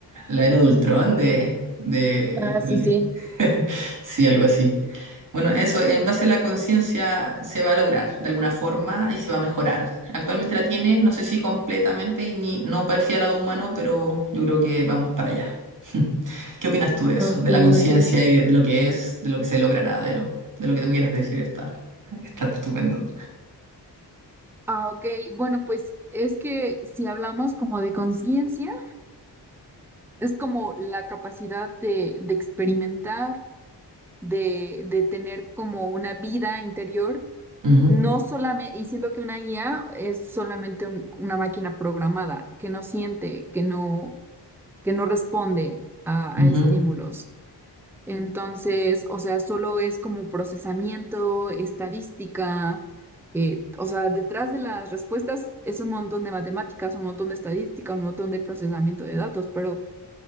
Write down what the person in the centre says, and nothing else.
Ah, sí, sí.
Ok,
ok.
Ah, ok. Bueno, pues es que si hablamos como de conciencia, es como la capacidad de, de experimentar de, de tener como una vida interior,
no solamente, y siento que una IA es solamente un- una máquina programada, que no siente, que no, que no responde a,
a estímulos. Entonces, o sea, solo es como procesamiento, estadística, eh, o sea, detrás de las respuestas es un montón de matemáticas, un montón de estadística, un montón de procesamiento de datos, pero